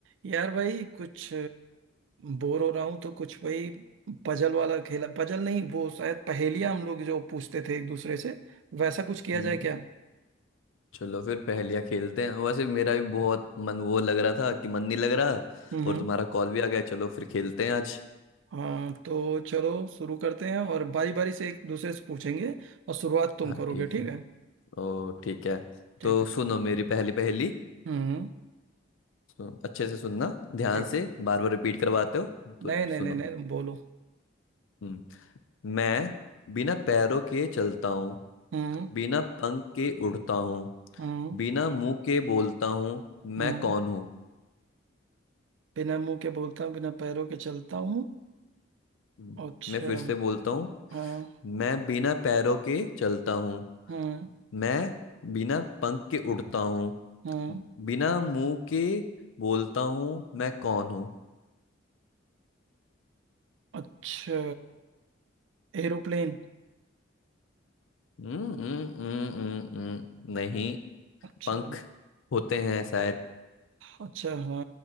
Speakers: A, on the right (about 70°); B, on the left (about 85°).
A: यार भाई कुछ बोर हो रहा हूँ तो कुछ भाई पजल वाला खेला पजल नहीं वो शायद पहेलियाँ हम लोग जो पूछते थे एक दूसरे से वैसा कुछ किया
B: हम्म,
A: जाए क्या
B: चलो फिर पहेलियाँ खेलते हैं वैसे मेरा भी बहुत मन वो लग रहा था कि मन नहीं लग रहा
A: हम्म
B: और तुम्हारा कॉल भी आ गया चलो फिर खेलते हैं आज
A: हाँ तो चलो शुरू करते हैं और बारी बारी से एक दूसरे से पूछेंगे और शुरुआत तुम
B: हाँ
A: करोगे
B: ठीक
A: ठीक
B: है
A: है
B: ओ ठीक है
A: ठीक
B: तो
A: है
B: सुनो मेरी पहली पहेली
A: हम्म
B: सुनो, अच्छे से सुनना ध्यान
A: ठीक है
B: से बार बार रिपीट करवाते हो तो
A: नहीं नहीं
B: सुनो
A: नहीं नहीं तुम बोलो
B: हम्म, मैं बिना पैरों के चलता हूँ
A: हम्म
B: बिना पंख के उड़ता हूँ
A: हम्म
B: बिना मुंह के बोलता हूँ मैं
A: हम्म
B: कौन हूँ
A: बिना मुंह के बोलता हूँ बिना पैरों के चलता हूँ
B: हम्म,
A: अच्छा
B: मैं फिर से बोलता हूँ
A: हाँ
B: मैं बिना पैरों के चलता हूँ
A: हम्म
B: मैं बिना पंख के उड़ता हूँ
A: हम्म
B: बिना मुंह के बोलता हूँ मैं कौन हूँ
A: अच्छा एरोप्लेन
B: हम्म, हम्म, हम्म, हम्म, हम्म, नहीं
A: अच्छा
B: पंख होते हैं शायद
A: अच्छा हाँ